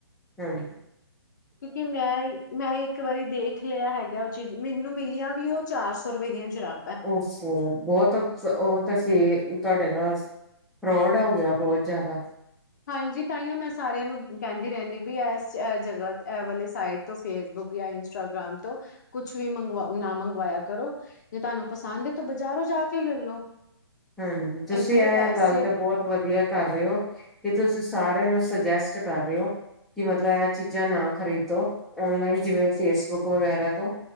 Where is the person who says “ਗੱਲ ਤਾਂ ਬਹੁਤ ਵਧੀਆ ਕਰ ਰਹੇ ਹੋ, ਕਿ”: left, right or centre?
Centre